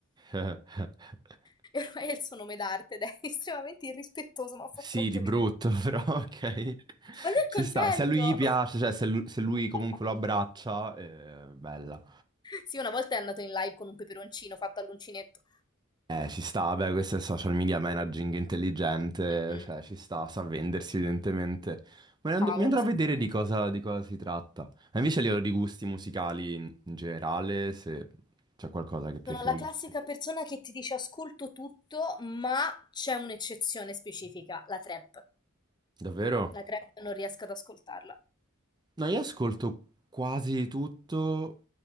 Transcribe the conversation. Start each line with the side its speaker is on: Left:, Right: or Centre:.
Right: <laughs>
Left: <laughs> e ormai è il suo nome d'arte ed è <laughs> estremamente irrispettoso, ma fa
Right: Sì,
Left: troppo
Right: di
Left: ridere.
Right: brutto, <laughs> però ok.
Left: Ma lui è
Right: Ci
Left: contento!
Right: sta. Se a lui gli piace, cioè se lu- se lui,
Left: <laughs>
Right: comunque lo abbraccia, eh, bella.
Left: Sì, una volta è andato in live con un peperoncino fatto all'uncinetto.
Right: Eh, ci sta, beh, questo è social media managing intelligente,
Left: Mm, mm.
Right: cioè ci sta, sa vendersi evidentemente. Ma and-
Left: Cavolo,
Right: mi andrò
Left: se-
Right: a vedere
Left: vabbè.
Right: di cosa, di cosa si tratta. Ma invece a livello di gusti musicali in, in generale, se c'è qualcosa che preferisci.
Left: Sono la classica persona che ti dice ascolto tutto, ma c'è un'eccezione specifica, la trap.
Right: Davvero?
Left: La trap non riesco ad ascoltarla.
Right: No, io ascolto quasi tutto,